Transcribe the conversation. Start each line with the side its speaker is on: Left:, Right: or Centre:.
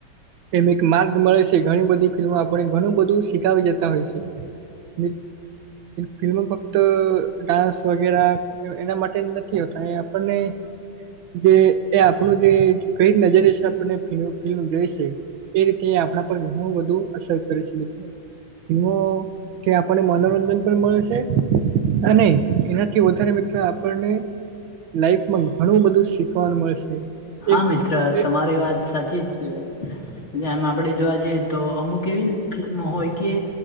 Right: એમ એક માર્ગ મળે છે ઘણી બધી ફિલ્મો આપણને ઘણું બધું શીખાવી જતા હોય છે. મ ફિલ્મ ફક્ત ડાન્સ વગેરા એના માટે નથી હોતા એ આપણને જે એ આપણું જે કઈ નજરેશે આપણને ફિલ્મ જોઈશે એ રીતે આપણા પર ઘણું બધુ અસર કરે છે. ફિલ્મો કે આપણને મનોરંજન પણ મળે છે. નહી એનાથી વધારે મિત્રો આપણને લાઈફમાં ઘણું બધું શીખવાનું મળશે.
Left: હા
Right: એક
Left: મિત્ર તમારી
Right: એ
Left: વાત સાચી જ છે એટ એમ આપડે જોવા જઈએ તો અમુક એવી ફિલ્મ હોય કે